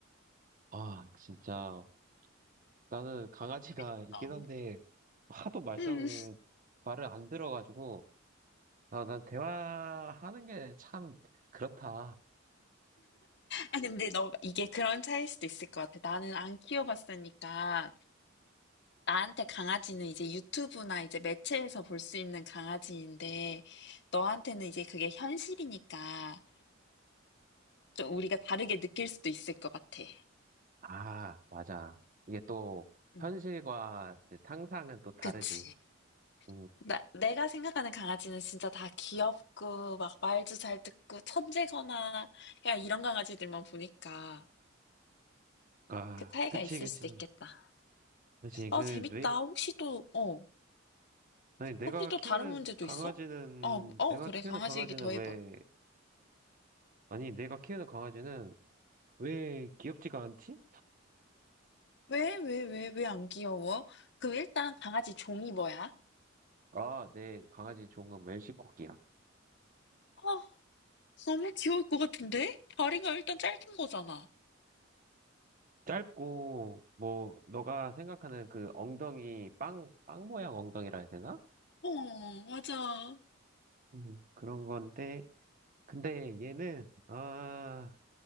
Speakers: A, on the right; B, on the left.
A: 아, 진짜. 나는 강아지가
B: 재밌다.
A: 있긴 한데, 하도 말썽
B: 음.
A: 말을 안 들어가지고, 아, 난 대화하는 게 참 그렇다.
B: 아 근데 너 이게 그런 차이일 수도 있을 것 같아. 나는 안 키워봤으니까 나한테 강아지는 이제 유튜브나 이제 매체에서 볼 수 있는 강아지인데 너한테는 이제 그게 현실이니까 좀 우리가 다르게 느낄 수도 있을 것 같아.
A: 아, 맞아. 이게 또
B: 음.
A: 현실과 이제 상상은 또 다르지.
B: 그치.
A: 음,
B: 나, 내가 생각하는 강아지는 진짜 다 귀엽고, 막 말도 잘 듣고, 천재거나, 그냥 이런 강아지들만 보니까
A: 아,
B: 그 차이가
A: 그치,
B: 있을
A: 그치,
B: 수도 있겠다.
A: 그치.
B: 어,
A: 그
B: 재밌다.
A: 내,
B: 혹시 또, 어,
A: 아니 내가
B: 혹시 또
A: 키우는
B: 다른 문제도
A: 강아지는
B: 있어? 어, 어,
A: 내가
B: 그래.
A: 키우는
B: 강아지
A: 강아지는
B: 얘기 더
A: 왜
B: 해봐.
A: 아니 내가 키우는 강아지는 왜 귀엽지가 않지?
B: 왜, 왜, 왜, 왜 안 귀여워? 그럼 일단 강아지 종이 뭐야?
A: 아, 내 강아지 종은 웰시코기야.
B: 어, 너무 귀여울 것 같은데? 다리가 일단 짧은 거잖아.
A: 짧고 뭐 너가 생각하는 그 엉덩이 빵, 빵 모양 엉덩이라 해야 되나?
B: 어, 맞아.
A: 음, 그런 건데 근데 얘는 아.